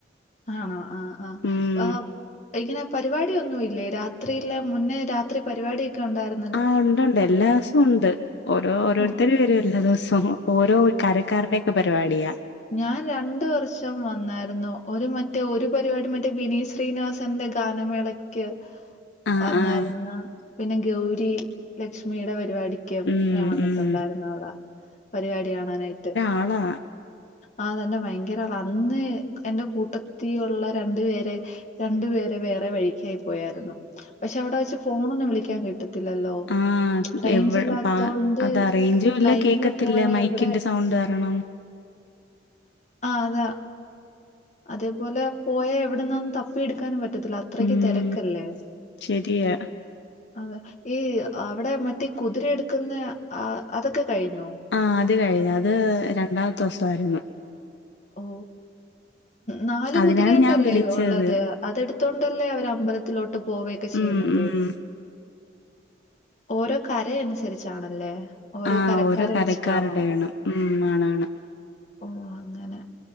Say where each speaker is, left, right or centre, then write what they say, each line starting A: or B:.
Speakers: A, on the left; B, on the left.
A: ആണോ ആഹ് ആഹ്
B: ഉം
A: ബാ ഇങ്ങനെ പരിപാടിയൊന്നുമില്ലേ രാത്രിയിലെ മുന്നേ രാത്രി പരിപാടിയൊക്കെ ഒണ്ടായിരുന്നു
B: ആഹ് ഒണ്ട്ണ്ട് എല്ലാസും ഒണ്ട് ഓരോ ഓരോരുത്തർ
A: ഉം,
B: വരും എല്ലാ ദിവസൊം ഓരോ കരക്കാരുടെയൊക്കെ പരിപാടിയാ
A: ഞാൻ രണ്ട് വർഷം വന്നായിരുന്നു ഒരു മറ്റേ ഒരു പരിപാടി മറ്റേ വിനീത് ശ്രീനിവാസന്റെ ഗാനമേള ക്ക്
B: ആഹ്
A: വന്നായിരുന്നു
B: ആഹ്
A: പിന്നെ ഗൗരി ലക്ഷ്മിയുടെ പരിപാടി ക്കും
B: ഉം
A: ഞാൻ വന്നിട്ടുണ്ടായിരുന്നു
B: ഉം
A: അവിടെ പരിപാടി കാണാനായിട്ട്
B: ആണോ
A: ആഹ് തന്നെ ഭയങ്കര ആളാ അന്ന് എന്റെ കൂട്ടത്തീഒള്ള രണ്ടു പേരെ രണ്ടു പേരെ വേറെ വഴിക്കായി പോയായിരുന്നു പക്ഷെ അവിടെ വച്ച് ഫോണൊന്നും വിളിക്കാൻ കിട്ട ത്തില്ലല്ലോ
B: ആഹ്
A: റേഞ്ച്
B: എവ
A: ഇല്ലാത്തോണ്ട്
B: പാ അത് റേഞ്ചും ഇല്ല
A: കയ്യിൽന്ന്
B: കേക്കത്തില്ല
A: പോയാ
B: മൈക്കിന്റെ
A: എവിടെ
B: സൗണ്ട് കാരണം
A: ആഹ് അതാ അതേപോലെ പോയാ എവിടുന്നാന്ന് തപ്പിയെടുക്കാനും പറ്റത്തില്ല അത്രയ്ക്ക്
B: ഉം
A: തെരക്കല്ലേ
B: ശരിയാ
A: അതെ ഈ അവിടെ മറ്റേ കുതിര എടുക്കുന്ന ആഹ് അതൊക്കെ കഴിഞ്ഞോ
B: ആഹ് അത് കഴിഞ്ഞു അത് രണ്ടാമത്തെ ദൂസായിരുന്നു
A: ഓ നാല്
B: അതിനാണ്
A: കുതിരയാണ്ടല്ലേ
B: ഞാൻ വിളിച്ചത്
A: ഒള്ളത് അതെടുത്തോണ്ടല്ലേ അവര് അമ്പല ത്തിലോട്ട് പോവയൊക്കെ ചെയ്യുന്നത്
B: ഉം ഉം
A: ഓരോ കര അനുസരിച്ചാണല്ലേ ഓരോ
B: ആഹ്
A: കരക്കാരെ
B: കരക്കാരുടെയാണ്
A: വെച്ചിട്ടാണോ
B: ഉം ആണാണ്
A: ഓ അങ്ങനെ